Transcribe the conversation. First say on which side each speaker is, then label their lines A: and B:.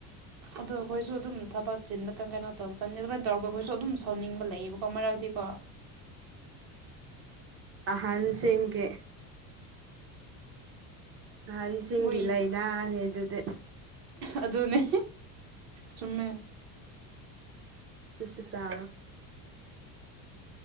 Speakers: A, on the right; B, on the right.
A: ꯑꯗꯨ ꯑꯩꯈꯣꯏꯁꯨ ꯑꯗꯨꯝ ꯊꯕꯛ ꯆꯤꯟꯕ ꯀ ꯀꯩꯅꯣ ꯇꯧꯕ ꯀꯥꯟ ꯑꯗꯨꯃꯅ ꯇꯧꯔꯒ ꯑꯩꯈꯣꯏꯁꯨ ꯑꯗꯨꯝ ꯁꯥꯎꯅꯤꯡꯕ ꯂꯩꯌꯦꯕꯀꯣ ꯃꯔꯛꯇꯤꯀꯣ
B: ꯑꯍꯟꯁꯤ ꯀꯦ ꯑꯍꯟꯁꯤꯡꯒꯤ
A: ꯃꯣꯏ
B: ꯂꯥꯏꯅꯥꯅꯦ ꯑꯗꯨꯗꯤ
A: ꯑꯗꯨꯅꯦ ꯆꯨꯝꯃꯦ
B: ꯁꯤꯁꯨ ꯆꯥꯎꯥꯔꯣ